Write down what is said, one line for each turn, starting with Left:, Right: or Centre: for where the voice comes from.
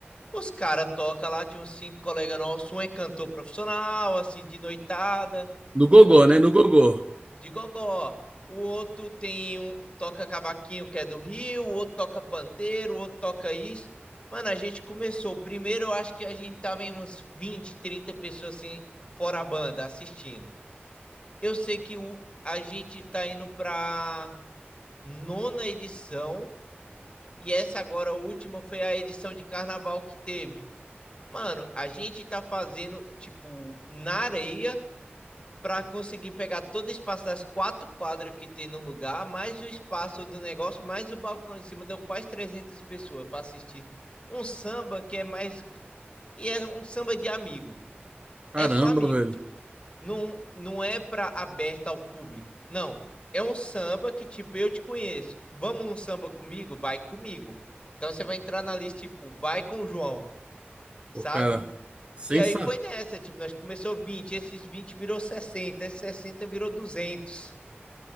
Left: Os caras tocam lá, tinha uns cinco colegas nossos, um é cantor profissional, assim, de noitada,
Right: No gogó,
Left: outro
Right: né? No gogó.
Left: de gogó, o outro tem um, toca cavaquinho que é do Rio, o outro toca pandeiro, o outro toca isso. Mano, a gente começou. Primeiro, eu acho que a gente tava em uns 20 30 pessoas assim, fora a banda, assistindo. Eu sei que o, a gente tá indo pra nona edição, e essa agora, a última, foi a edição de carnaval que teve. Mano, a gente tá fazendo, tipo, na areia para conseguir pegar todo o espaço das quatro quadras que tem no lugar, mais o espaço do negócio, mais o balcão em cima, deu quase 300 pessoas para assistir um samba que é mais. E é um samba de amigo.
Right: Caramba,
Left: É só amigo,
Right: velho.
Left: tipo. Não, não é para aberta ao público. Não. É um samba que, tipo, eu te conheço. Vamos num samba comigo? Vai comigo. Então você vai entrar na lista, tipo, vai com o João, sabe?
Right: Pô, cara, sensacional.
Left: E aí foi nessa, tipo, nós começou vinte esses 20 virou sessenta esses 60 virou duzentos